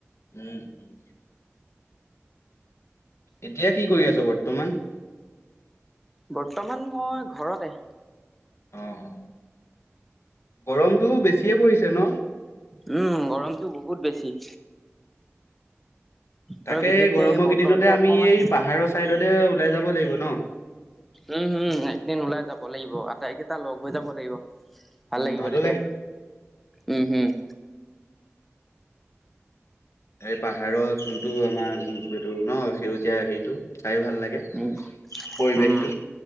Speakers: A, on the left (about 70°); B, in the centre.
A: উম উম এতিয়া কি কৰি আছ বৰ্তমান
B: বৰ্তমান মই ঘৰতে
A: অ অ গৰমতটো বেছিয়ে পৰিছে ন?
B: উম গৰম কিন্তু বহুত বেছি
A: তাকে
B: আৰু বিশেষকে
A: এই গৰমৰ
B: বতৰটো
A: কেইদিনতে আমি
B: অকমান
A: এই পাহাৰৰ চাইডতে ওলাই যাব লাগিব ন
B: উম হম একদিন ওলাই যাব লাগিব আটাইকেইটা লগ হৈ যাব লাগিব ভাল
A: উম,
B: লাগিব
A: ভালো
B: তেতিয়া উম হম <inaudible>
A: এই পাহাৰৰ যোনটো আমাৰ এইটো ন সেউজীয়া হেৰিটো চাইও ভাল লাগে
B: উম
A: পৰিৱেশটো।
B: উম